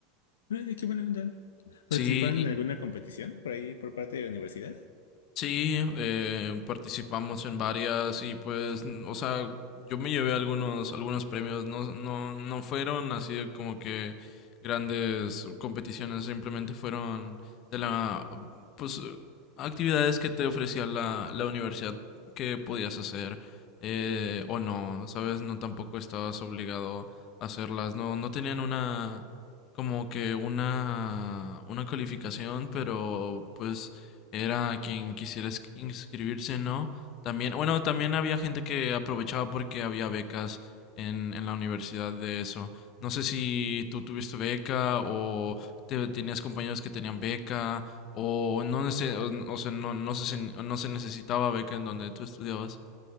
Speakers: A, on the left (about 75°); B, on the left (about 45°).
A: Ay, de qué buena onda. ¿Participaron
B: Sí,
A: en alguna competición por ahí por parte de la universidad?
B: Sí, eh, participamos en varias y pues, n- o sea, yo me llevé algunos, algunos premios, no, no, no fueron así de como que grandes competiciones, simplemente fueron de la, pues, eh, actividades que te ofrecía la, la universidad que podías hacer eh, o no, ¿sabes? No tampoco estabas obligado a hacerlas, no, no tenían una, como que una, una calificación, pero pues era quien quisiera es- inscribirse, ¿no? También, bueno, también había gente que aprovechaba porque había becas en, en la universidad de eso. No sé si tú tuviste beca o te- tenías compañeros que tenían beca o no, sé o, o sea, no, no se, se- no se necesitaba beca en donde tú estudiabas.